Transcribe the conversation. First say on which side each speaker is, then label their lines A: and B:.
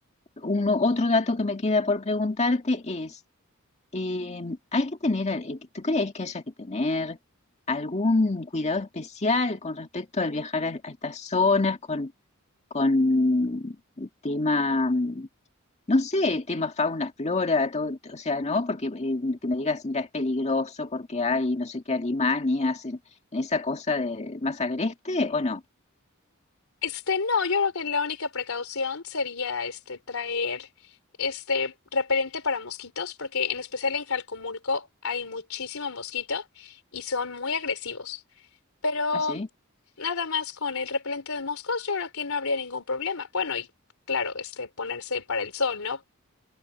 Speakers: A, on the left; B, on the left.
A: uno- otro dato que me queda por preguntarte es, eh, ¿hay que tener, eh, tú crees que haya que tener algún cuidado especial con respecto al viajar a, a estas zonas con con el tema, mm, no sé, tema fauna, flora, todo, o sea, ¿no? Porque eh, que me digas, mira, es peligroso porque hay no sé qué alimañas en, en esa cosa de más agreste, ¿o no?
B: Este, no, yo creo que la única precaución sería este traer este repelente para mosquitos, porque en especial en Jalcomulco hay muchísimo mosquito y son muy agresivos. Pero
A: ¿Ah, sí?
B: nada más con el repelente de moscos, yo creo que no habría ningún problema. Bueno, y claro, este ponerse para el sol, ¿no?